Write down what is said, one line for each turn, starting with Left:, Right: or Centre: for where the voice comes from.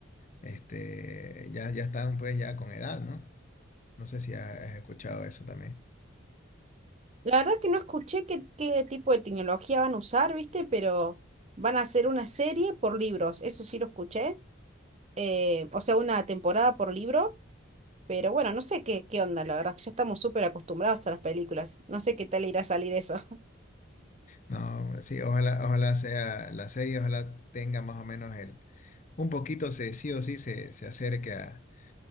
Left: este, ya, ya están pues ya con edad, ¿no? No sé si ha- has escuchado eso también.
Right: La verdad que no escuché qué, qué tipo de tecnología van a usar, viste, pero van a hacer una serie por libros. Eso sí lo escuché. eh, o sea, una temporada por libro. Pero bueno, no sé qué, qué onda, la verdad, que ya estamos súper acostumbrados a las películas. No sé qué tal irá a salir eso.
Left: No, sí, ojalá, ojalá sea la serie, ojalá tenga más o menos el, un poquito se, sí o sí se, se acerque a